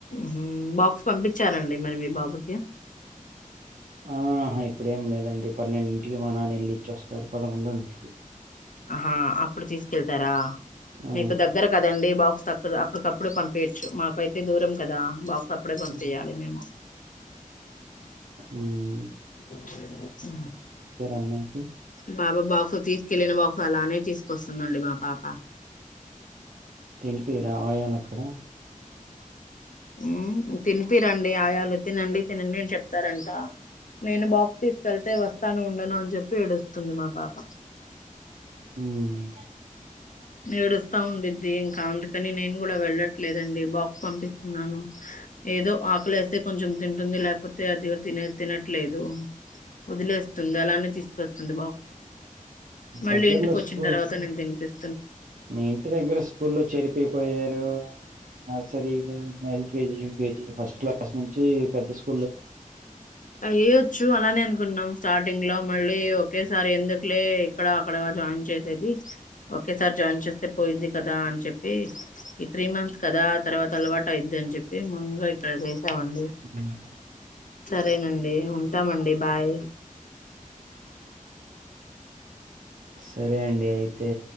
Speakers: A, on the left; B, on the right.
A: ఉమ్ బాక్స్ పంపించారా అండి మరి మీ బాబుకి
B: ఆహా ఇప్పుడేమ్ లేదండి పన్నెండిటికి ఇగ మా నాన్న వెళ్ళి ఇచ్చొస్తారు పదకొండుంటికి
A: ఆహా అప్పుడు తీసుకెళ్తారా
B: ఆ!
A: మీకు దగ్గర కదండి బాక్స్ తక్క అప్పుడుకప్పుడు పంపి యచ్చు మాకైతే దూరం కదా బాక్స్ అప్పుడే పంపీయాలి
B: హ్మ్.
A: మేము
B: ఉమ్
A: ఉహూ
B: అమ్మాయికి?
A: బాబు బాక్స్ తీసుకెళ్ళిన బాక్స్ అలానే తీసు కొస్తుందండి మా పాప
B: తినిపియరా ఆయాలక్కడ?
A: ఉమ్ తినిపియ్యరండి ఆయాలు తినండి తినండి అని చెప్తారంట నేను బాక్స్ తీసుకెళ్తే వస్తాను ఉండను అని చెప్పి ఏడుస్తుంది మా పాప
B: హ్మ్.
A: ఏడుస్తా ఉండి ద్ది ఇంకా అందుకని నేను కూడా వెళ్ళట్లేదండి బాక్స్ పంపిస్తున్నాను ఏదో ఆకలి వేస్తే కొంచెం తింటుంది లేకపోతే అది తినే తినట్లేదు వదిలేస్తుంది అలానే స్తుంది బాక్స్ మళ్ళీ
B: దగ్గరలో
A: ఇంటికి వచ్చిన
B: స్కూ
A: తర్వాత నేను తినిపిస్త
B: మీ ఇంటి దగ్గర స్కూల్లో చేరిపీకపోయారు నర్సరీ ఉ ఎల్కేజీ యూకేజీ ఫస్ట్ క్లాస్ నుంచి పెద్ద స్కూల్
A: వేయచ్చు అలానే అనుకుంటున్నాం స్టార్టింగ్ లో మళ్ళీ ఒకేసారి ఎందుకులే ఇక్కడ అక్కడగా జాయిన్ చేసి ఒకే సారీ జాయిన్ చేస్తే పోయిద్ది కదా అని చెప్పి ఈ త్రీ మంత్స్ కదా తర్వాత అలవాటు అయిద్ది అని చెప్పి ముందుగా ఇక్కడ చేసామండి
B: ఉమ్,
A: అదేనండి ఉంటామండి బాయ్
B: సరే అండి అయితే